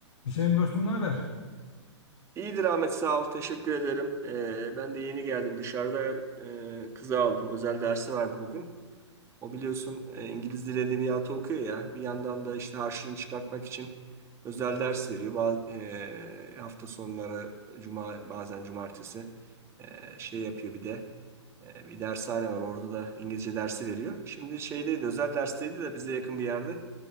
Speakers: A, on the left; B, on the right.
A: Hüseyin dostum ne haber?
B: İyidir Ahmet sağ ol. Teşekkür ederim. Ee, ben de yeni geldim. Dışarıdan e, kızı aldım. Özel dersi vardı bugün. O biliyorsun e, İngiliz Dili Edebiyatı okuyor ya. Bir yandan da işte harçlığını çıkartmak için özel ders veriyor. Bazı, hafta sonları cuma bazen cumartesi e, şey yapıyor bir de. E, bir dershane var. Orada da İngilizce dersi veriyor. Şimdi şeydeydi özel dersteydi de bize yakın bir yerde.